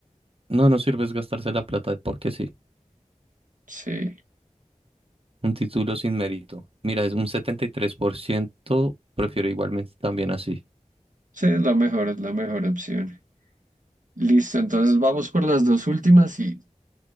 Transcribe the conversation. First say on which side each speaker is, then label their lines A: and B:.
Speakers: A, on the right; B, on the right.
A: No, no sirve es gastarse la plata porque sí.
B: Sí,
A: Un título sin mérito. Mira, es un 73%, prefiero igualmente también así.
B: sí, es la mejor, es la mejor opción. Listo, entonces vamos por las dos últimas y,